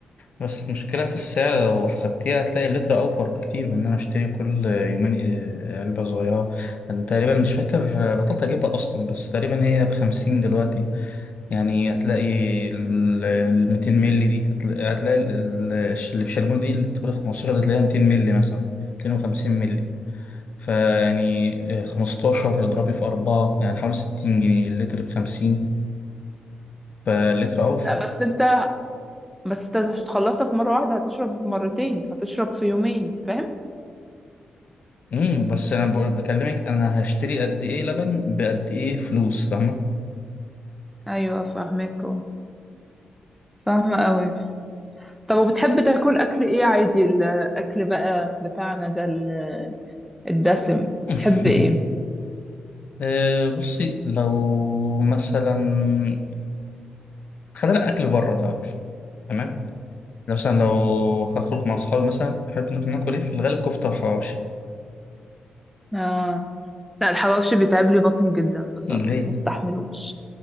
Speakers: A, on the left; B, in the centre.
A: بس المشكلة في السعر لو حسبتيها هتلاقي اللتر أوفر بكتير من إن أنا أشتري كل يومين آه، علبة صغيرة أنا تقريبا مش فاكر آه، بطلت أجيبها أصلا بس تقريبا هي بخمسين دلوقتي يعني هتلاقي ال ال 200 مللي دي هتلاقي, هتلاقي ال- ال- اللي بشاليمو دي اللي تقول 15 هتلاقيها 200 مللي مثلا 250 مللي فيعني آه، 15 اضربي في 4 يعني حوالي 60 جنيه اللتر ب 50 فاللتر اوفر
B: لا بس انت بس انت مش هتخلصها في مرة واحدة هتشرب مرتين هتشرب في يومين فاهم
A: امم بس انا بقول- بكلمك انا هشتري قد ايه لبن بقد ايه فلوس فاهمه
B: ايوه فاهمك فاهمة قوي طب وبتحب تاكل اكل ايه عادي الاكل بقى بتاعنا ده ال- الدسم
A: <laughs>
B: بتحب ايه
A: آه، بصي لو مثلا خلينا اكل بره الاول تمام مثلا لو هخرج مع أصحابي مثلا أحب ناكل ناكل إيه في الغالب كفتة وحواوشي
B: اه لا الحواوشي بيتعب لي بطني جدا بصراحة
A: ليه؟
B: ما استحملوش